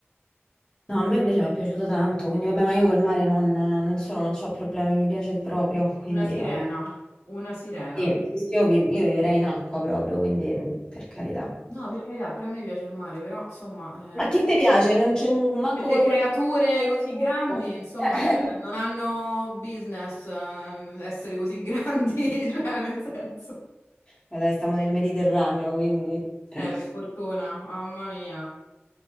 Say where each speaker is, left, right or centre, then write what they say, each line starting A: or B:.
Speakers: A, on the left; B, on the left.
A: No, a me invece mi è piaciuto tanto, quindi vabbè, ma io col mare non, non solo non ho problemi, mi piace proprio, quindi
B: Una sirena,
A: vabbè.
B: una sirena.
A: Sì, sì, sì, io, vi- io vivrei in acqua proprio, quindi mm, per carità.
B: No, per carità, pure a me piace il mare, però insomma...
A: Ma che
B: eh,
A: ti piace? Non c'è manco
B: Delle
A: vuoi
B: creature
A: guardare il
B: così
A: tempo?
B: grandi, insomma,
A: <laughs>
B: cioè, non hanno business eh, essere così grandi, <laughs> cioè, nel senso.
A: Dai, stiamo nel Mediterraneo, quindi... A
B: Eh, per fortuna, mamma mia.